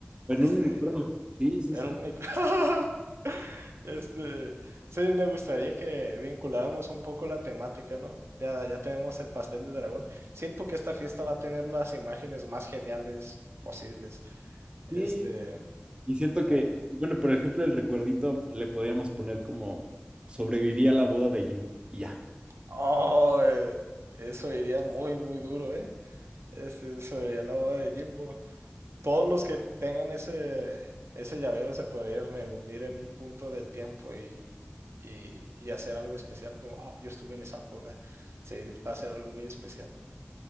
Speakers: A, on the right; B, on the right.
A: Este.
B: En un unicornio. Sí, sí,
A: Era
B: sí.
A: único. <laughs> Este, sí, me gustaría que vinculáramos un poco la temática, ¿no? Ya, ya tenemos el pastel de dragón. Siento que esta fiesta va a tener las imágenes más geniales posibles. Este,
B: Sí, Y siento que,
A: va-
B: bueno, por ejemplo, el recuerdito le podríamos poner como sobreviví a la boda de Jimbo. Y ya.
A: oh, eh, eso iría muy, muy duro, ¿eh? Este, sobre la boda de Jimbo. Todos los que tengan ese, ese llavero se podrían reunir en un punto del tiempo y, y, y hacer algo especial, como, oh, yo estuve en esa boda. Sí, va a ser algo muy especial.